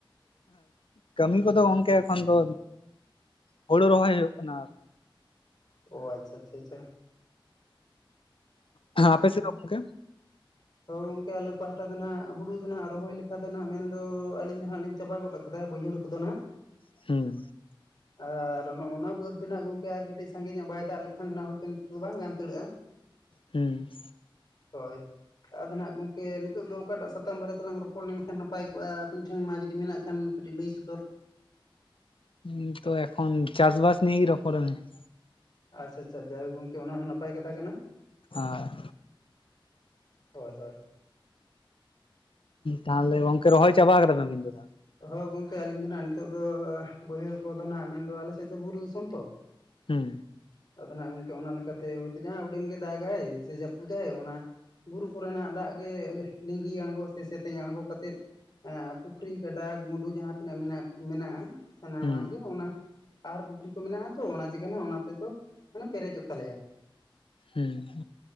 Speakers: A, on the left; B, on the left.
A: ᱠᱟᱹᱢᱤ ᱠᱚᱫᱚ ᱜᱚᱝᱠᱮ ᱮᱠᱷᱚᱱ ᱫᱚ ᱦᱳᱲᱩ ᱨᱚᱦᱚᱭ ᱦᱩᱭᱩᱜ ᱠᱟᱱᱟ ᱟᱨ
B: ᱚᱸ ᱟᱪᱪᱷᱟ ᱟᱪᱪᱷᱟ ᱟᱪᱪᱷᱟ
A: ᱟᱸᱻᱷᱜ, ᱟᱯᱮ ᱥᱮ ᱫᱚ ᱜᱚᱢᱠᱮ ᱾
B: ᱦᱳ, ᱜᱚᱝᱠᱮ! ᱟᱞᱮ ᱯᱟᱦᱟᱴᱟ ᱫᱚ ᱱᱷᱟᱜ, ᱦᱩᱲᱩ ᱫᱚ ᱱᱷᱟᱜ, ᱨᱚᱦᱚᱭ ᱞᱮᱠᱟ ᱫᱚ ᱱᱷᱟᱜ, ᱢᱮᱱ ᱫᱚ ᱟᱹᱞᱤᱧ ᱫᱚ ᱦᱟᱸᱜ, ᱞᱤᱧ ᱪᱟᱵᱟ ᱜᱚᱫ ᱟᱠᱟᱫᱼᱟ ᱾ ᱟᱫᱟᱭ ᱵᱟᱹᱭᱦᱟᱹᱲ ᱠᱚᱫᱚ ᱱᱷᱟᱜ,
A: ᱦᱩᱸᱻ ᱾
B: ᱟᱨ, ᱱᱚᱜ ᱚᱱᱟ ᱵᱟᱹᱫᱽ ᱫᱚ, ᱱᱷᱟᱜ ᱜᱚᱝᱠᱮ, ᱟᱨ ᱠᱟᱹᱴᱤᱡ ᱥᱟᱸᱜᱮ ᱧᱚᱜ, ᱵᱟᱭ ᱫᱟᱜ ᱞᱮᱠᱷᱟᱱ ᱫᱚ ᱱᱷᱟᱜ, ᱦᱚᱭ ᱛᱚ ᱱᱤᱛᱚᱜ ᱫᱚ, ᱵᱟᱝ ᱜᱟᱱ ᱦᱟᱱᱛᱟᱲᱚᱜ-ᱟ ᱾ <inaudible>
A: ᱦᱩᱸᱻ᱾
B: ᱦᱳᱭ ᱾ ᱟᱫᱚ ᱱᱷᱟᱜ ᱜᱚᱝᱠᱮ, ᱱᱤᱛᱚᱜ ᱫᱚ, ᱚᱠᱟ ᱴᱟᱜ ᱥᱟᱛᱟᱢ ᱵᱟᱨᱮ, ᱛᱮᱞᱟᱝ ᱨᱚᱯᱚᱲ ᱞᱮᱱᱠᱷᱟᱱ ᱱᱟᱯᱟᱭ ᱠᱚᱜ-ᱟ ᱾ ᱟᱵᱮᱱ ᱴᱷᱮᱱ, ᱢᱟ ᱡᱩᱫᱤ ᱢᱮᱱᱟᱜ ᱠᱷᱟᱱ, ᱠᱟᱹᱴᱤᱡ ᱞᱟᱹᱭ ᱥᱚᱫᱚᱨ
A: <unintelligible> ᱛᱚ ᱮᱠᱷᱚᱱ ᱪᱟᱥ ᱵᱟᱥ ᱱᱤᱭᱟᱹ, ᱨᱚᱯᱚᱲ ᱟᱞᱟᱝ ᱾
B: ᱟᱪ-ᱪᱷᱟ ᱪᱷᱟ, ᱡᱟᱭᱦᱳ ᱜᱚᱝᱠᱮ, ᱚᱱᱟ ᱦᱚᱸ ᱱᱟᱯᱟᱭ ᱠᱟᱛᱷᱟ ᱠᱟᱱᱟ ᱾
A: ᱟᱨ,
B: ᱦᱳᱭ ᱦᱳᱭ, ᱾
A: ᱛᱟᱦᱚᱞᱮ, ᱜᱚᱝᱠᱮ ᱨᱚᱦᱚᱭ ᱪᱟᱵᱟ ᱟᱠᱟᱫ, ᱟᱵᱤᱱ ᱫᱚ ᱛᱟᱦᱚᱞᱮ,
B: ᱦᱚ ᱜᱚᱝᱠᱮ, ᱟᱹᱞᱤᱧ ᱫᱚ ᱱᱷᱟᱜ, ᱱᱤᱛᱚᱜ ᱫᱚ, ᱵᱟᱹᱭᱦᱟᱹᱲ ᱠᱚᱫᱚ ᱱᱷᱟᱜ, ᱢᱮᱱ ᱫᱚ ᱟᱞᱮ ᱥᱮᱫ ᱫᱚ, ᱵᱩᱨᱩ ᱫᱤᱥᱚᱢ ᱛᱚ ᱾
A: ᱦᱩᱸ᱾
B: ᱟᱫᱚ ᱱᱷᱟᱜ, ᱜᱚᱝᱠᱮ, ᱚᱱᱟ ᱞᱮᱠᱟᱛᱮ, ᱦᱚᱭᱛᱳ ᱡᱟᱦᱟᱸ ᱩᱰᱟᱹᱝ ᱜᱮ, ᱫᱟᱜᱟᱭ ᱥᱮ ᱡᱟᱹᱯᱩᱫᱟᱭ, ᱚᱱᱟ ᱵᱩᱨᱩ ᱠᱚᱨᱮᱱᱟᱜ ᱫᱟᱜ ᱜᱮ, ᱦ-ᱞᱮ ᱞᱤᱸᱜᱤ ᱟᱬᱜᱚ ᱥᱮ, ᱥᱮᱛᱮᱧ ᱟᱬᱜᱚ ᱠᱟᱛᱮᱫ, ᱮᱸᱻ ᱯᱩᱠᱷᱨᱤ ᱰᱟᱜᱽ ᱢᱩᱰᱩ ᱡᱟᱦᱟᱸ ᱛᱤᱱᱟᱹᱜ, ᱢᱮᱱᱟᱜ, ᱢᱮᱱᱟᱜ-ᱟ ᱾ ᱥᱟᱱᱟᱢᱟᱜ
A: ᱦᱩᱸ
B: ᱜᱮ, ᱚᱱᱟ ᱟᱦᱟᱨ ᱯᱩᱠᱷᱨᱤ ᱠᱚ, ᱢᱮᱱᱟᱜᱼᱟ ᱛᱚ, ᱚᱱᱟ ᱛᱮᱜᱮ ᱦᱟᱸᱜ, ᱚᱱᱟ ᱛᱮᱫᱚ, ᱢᱟᱱᱮ ᱯᱮᱨᱮᱡᱚᱜ ᱛᱟᱞᱮᱭᱟ ᱾
A: ᱦᱩᱢ ᱾